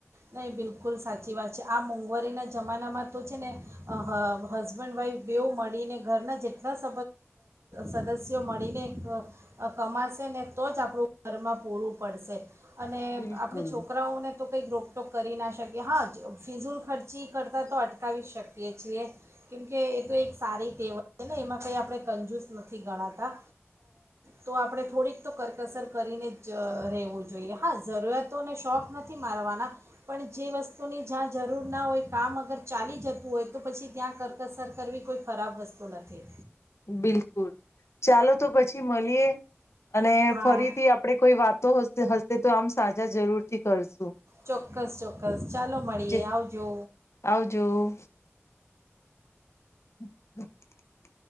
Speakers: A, on the right; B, on the left.
A: નહીં બિલકુલ સાચી વાત છે આ મોંઘવારીના જમાનામાં તો છે ને હ હસબન્ડ વાઈફ બેવ મળીને ઘરના જેટલા સ સદસ્યો મળીને કમાશે ને તો જ આપણું ઘરમાં પૂરું પડશે. અને
B: બિલકુલ.
A: આપણે છોકરાઓને તો કોઈ ગ્રોપ તો કરી ના શકીએ હા જ ફિઝૂલ ખર્ચી કરતાં તો અટકાવી શકીએ છીએ કેમકે એ તો એક સારી ટેવ છે ને એમાં કંઈ આપણે કંજૂસ નથી ગણાતા તો આપણે થોડીક તો કરકસર કરીને જ રહેવું જોઈએ હા જરૂરિયાતોને શોખ નથી મારવાના. પણ જે વસ્તુની જ્યાં જરૂર ના હોય કામ અગર ચાલી જતું હોય તો પછી ત્યાં કરકસર કરવી કોઈ ખરાબ વસ્તુ નથી.
B: બિલકુલ ચાલો તો પછી મળીએ. અને
A: હા
B: ફરીથી આપડે કોઈ વાતો હશે તો આમ સાચ મજા જરૂર થી કરશું.
A: ચોક્કસ ચોક્કસ ચાલો મળીએ
B: જે
A: આવજો.
B: આવજો. <inaudible>